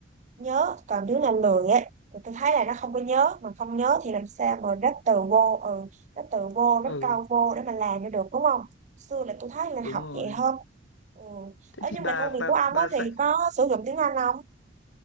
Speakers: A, on the right (about 40°); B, on the left (about 80°).
A: nhớ còn đứa nào lười ấy thì tôi thấy là nó không có nhớ mà không nhớ thì làm sao mà ráp từ vô ừ, ráp từ vô ráp
B: ừ
A: câu vô để mà làm cho được đúng không xưa là tôi thấy là
B: đúng
A: học
B: rồi
A: vậy hơn ừ.
B: thế
A: Ở
B: thì
A: nhưng
B: bà
A: mà công việc
B: bà
A: của ông
B: bà
A: á
B: dạy
A: thì có sử dụng tiếng Anh không